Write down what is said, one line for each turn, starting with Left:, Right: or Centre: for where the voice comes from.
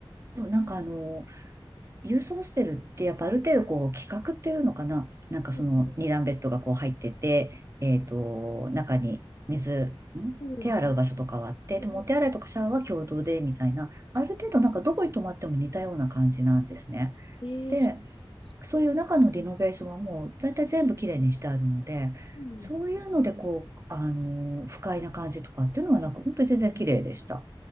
Right: そう、なんかあの、郵送してるって、やっぱある程度こう、規格っていうのかななんかその二段ベッドがこう入ってて、
Left: うんうん。
Right: えっと、中に水、ん手洗う場所とかはあって、
Left: うん。え
Right: でもお手洗いとかシャワーは共同で、みたいな、ある程度なんかどこに泊まっても似たような感じなんですね。
Left: ー、
Right: で、
Left: えーそうなんですね。
Right: そういう中のリノベーションはもう、大体全部きれいにしてあるので、
Left: うん。
Right: そういうのでこう、あのー不快な感じとかっていうのはなく、本当に全然綺麗でした。
Left: うん